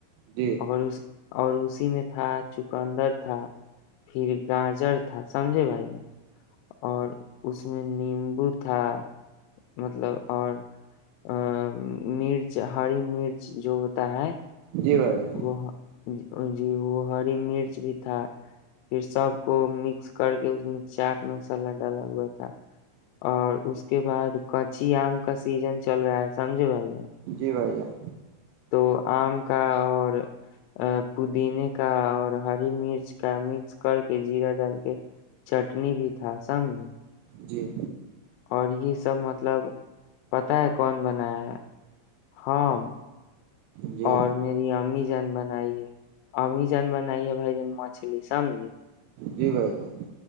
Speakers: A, on the right (about 80°); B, on the left (about 85°).
A: جی
B: اور اس اور اس میں تھا چکندر تھا پھر گاجر تھا سمجھے بھائی اور اس میں نیمبو تھا مطلب اور ا مرچ ہری مرچ جو ہوتا ہے
A: جی بھائی جان
B: وہ جی وہ ہری مرچ بھی تھا پھر سب کو مکس کر کے اس میں چاٹ مسالہ ڈالا ہوا تھا اور اس کے بعد کچی آم کا سیزن چل رہا ہے سمجھے بھائی
A: جی بھائی جان
B: تو آم کا اور پودینے کا اور ہری مرچ کا مکس کر کے جیرا ڈال کے چٹنی بھی تھا سمج
A: جی
B: اور یہ سب مطلب پتا ہے کون بنایا ہے ہم
A: جی
B: اور میری امی جان بنائی ہے امی جان بنائی ہے بھائی جن مچھلی سمج
A: جی بھائی جان